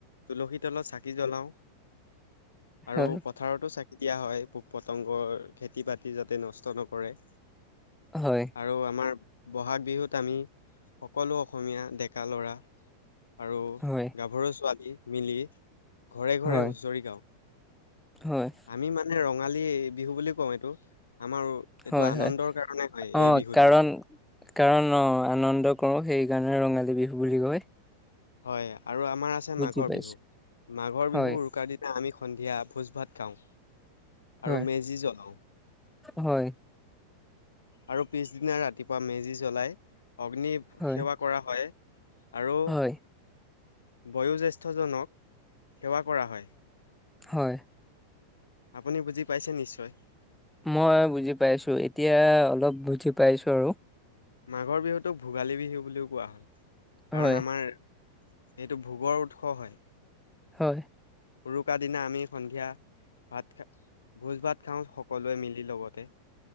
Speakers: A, on the left; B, in the centre.
A: তুলসী তলত চাকি জ্বলাওঁ আৰু
B: হয়,
A: পথাৰতো চা দিয়া হয়, পোক - পতংগৰ খেতি -বাতি যাতে নষ্ট নকৰে।
B: হয়।
A: আৰু আমাৰ বহাগ বিহুত আমি সকলো অসমীয়া ডেকা ল'ৰা, আৰু
B: হয়,
A: গাভৰু ছোৱালী মিলি ঘৰে ঘৰে
B: হয়,
A: হুচৰি গাওঁ।
B: হয়।
A: আমি মানে ৰঙালী এই বিহু বুলি কওঁ এইটো। আমাৰ
B: হয়,
A: এইটো আনন্দৰ
B: হয়।
A: কাৰণে হয়।
B: অ',
A: এই বিহুটো।
B: কাৰণ কাৰণ অ', আনন্দ কৰোঁ। সেইকাৰণে ৰঙালী বিহু বুলি কয়।
A: হয়। আৰু আমাৰ আছে
B: বুজি
A: মাঘৰ
B: পাইছোঁ।
A: বিহু। মাঘৰ
B: হয়,
A: বিহু উৰুকা দি আমি সন্ধিয়া ভোজ ভাত খাওঁ।
B: হয়,
A: আৰু মেজি জ্বলাওঁ।
B: হয়।
A: আৰু পিছদিনা ৰাতিপুৱা মেজি জ্বলাই, অগ্নি
B: হয়,
A: সেৱা কৰা হয়। আৰু
B: হয়,
A: বয়োজ্যেষ্ঠজনক সেৱা কৰা হয়।
B: হয়
A: আপুনি বুজি পাইছে, নিশ্চয়!
B: মই বুজি পাইছোঁ। এতিয়া অলপ বুজি পাইছোঁ আৰু।
A: মাঘৰ বিহুটোক ভোগালী বিহু বুলিও কোৱা হয়, কাৰণ
B: হয়,
A: আমাৰ- এইটো ভোগৰ উৎস হয়।
B: হয়।
A: উৰুকা দিনা আমি সন্ধিয়া ভাত খা- ভোজ ভাত খাওঁ সকলোৱে মিলি লগতে।